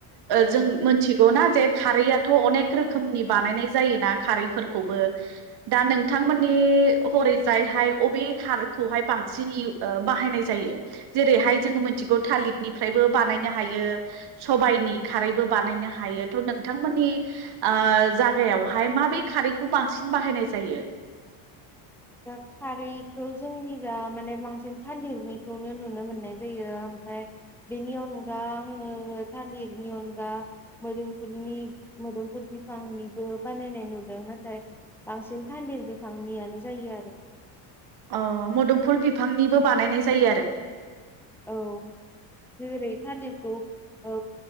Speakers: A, in the centre; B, on the right.
A: औ
B: जों मिथिगौना जे खारैआथ' अनेक रोखोमनि बानायनाय जायोना खारैफोरखौबो दा नोंथांमोननि है हरैजायहाय अबे खारखौहाय बांसिन ओ बाहायनाय जायो जेरैहाय जों जोङो मिथिगौ थालिरनिफ्रायबो बानायनो हायो। सबायनि खारैबो बानायनो हायो थ' नोंथांमोननि ओ जागायावहाय मा माबे खारैखौ बांसिन बाहायनाय जायो।
A: दा खारैखौ जोंनि जा माने बांसिन थालिरनिखौनो नुनो मोननाय जायो। ओमफ्राय बेनि अनगा आङो थालिरनि अनगा मोदोमफुलनि मोदोमफुल बिफांनिबो बानायनाय नुदों नाथाय बांसिन थालिर बिफांनियानो जायो आरो।
B: अ मोदोमफुल बिफांनिबो बानायनाय जायो आरो।
A: औ जेरै थालिरखौ औ